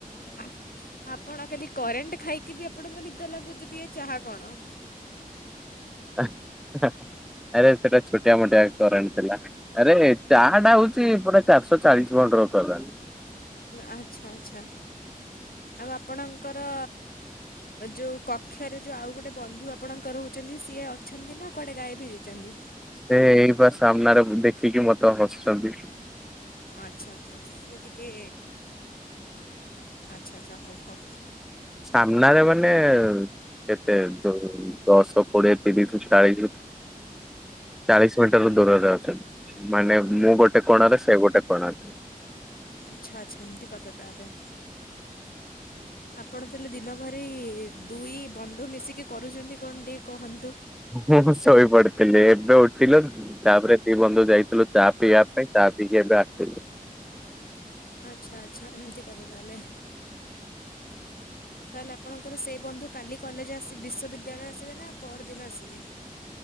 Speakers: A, on the left; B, in the centre.
A: ଆପ୍ ଆପଣ କାଲି କରେଣ୍ଟ ଖାଇକି ବି ଆପଣଙ୍କୁ ନିଦ ଲାଗୁଚି ଯଦି ଏ ଚାହା କଣ।
B: ଆରେ ସେଇଟା ଛୋଟିଆ ମୋଟିଆ କରେଣ୍ଟ ଥିଲା। ଆରେ ଚାହା ଟା ହଉଚି ପୁରା ଚାରିଶହ ଚାଳିଶ ଭୋଲ୍ଟ ର କରେଣ୍ଟ।
A: ଆଚ୍ଛା ଆଚ୍ଛା। ଆଉ ଆପଣଙ୍କର ଯଉ କକ୍ଷରେ ଯଉ ଆଉ ଗୋଟେ ବନ୍ଧୁ ଆପଣଙ୍କର ରହୁଛନ୍ତି ସିଏ ଅଛନ୍ତି ନା କୁଆଡ଼େ ଗାୟବ ହୋଇଯାଇଛନ୍ତି?
B: ସେ ଏଇ ବା ସାମ୍ନାରେ ଦେଖିକି ମତେ ହସୁଛନ୍ତି।
A: ଆଚ୍ଛା ଆଚ୍ଛା। ସିଏ ଟିକେ ଆଚ୍ଛା ଆଚ୍ଛା ହଉ ହଉ।
B: ସାମ୍ନାରେ ମାନେ କେତେ ଯୋଉ ଦଶ କୋଡିଏ ତିରିଶ ଚାଳିଶିି ଚାଳିଶିି ମିଟର ଦୂରରେ ଅଛନ୍ତି। ମାନେ ମୁଁ ଗୋଟେ କୋଣରେ ସେ ଗୋଟେ କୋଣ ରେ।
A: ଆଚ୍ଛା ଆଚ୍ଛା ଏମିତି କଥା ତାହେଲେ। ଆପଣ ତାହେଲେ ଦିନ ଭରି ଦୁଇ ବନ୍ଧୁ ମିଶିକି କରୁଛନ୍ତି କଣ ଟିକେ କହନ୍
B: ମୁଁ ଶୋଇ ପଡେ। ହେଲେ ଏବେ ଉଠିଲୁ, ତାପରେ ଦି ବନ୍ଧୁ ଯାଇଥିଲୁ ଚା ପିଇବା ପାଇଁ ଚା ପିଇକି ଏବେ ଆସିଲୁ।
A: ଆଚ୍ଛା ଆଚ୍ଛା ଏମିତି କଥା ତାହେଲେ। ତାହେଲେ ଆପଣଙ୍କର ସେଇ ବନ୍ଧୁ କାଲି କଲେଜ୍ ଆସି ବିଶ୍ୱବିଦ୍ୟାଳୟ ଆସିବେ ନା ପଅରଦିନ ଆସିବେ?